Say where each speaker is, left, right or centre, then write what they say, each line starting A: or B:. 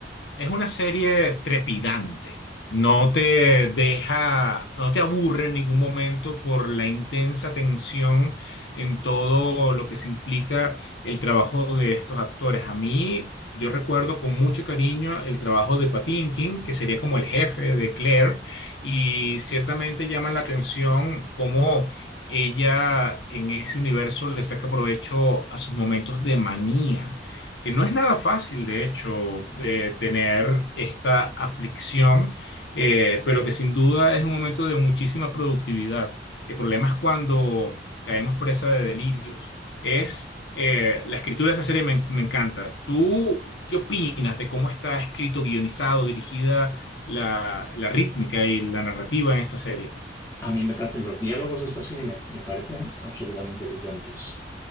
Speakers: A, on the left; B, on the left.
A: Es una serie trepidante. No te deja, no te aburre en ningún momento por la intensa tensión en todo lo que se implica el trabajo de estos actores. A mí, yo recuerdo con mucho cariño el trabajo de Patinkin, que sería como el jefe de Claire, y ciertamente llama la atención cómo ella en ese universo le saca provecho a sus momentos de manía que no es nada fácil, de hecho, eh, tener esta aflicción, eh, pero que sin duda es un momento de muchísima productividad. El problema es cuando caemos presa de delirios. Es eh, la escritura de esa serie me, me encanta. ¿Tú qué opinas de cómo está escrito, guionizado, dirigida la, la rítmica y la narrativa en esta serie?
B: A mí me parecen los diálogos de esta serie me, me parecen absolutamente brillantes.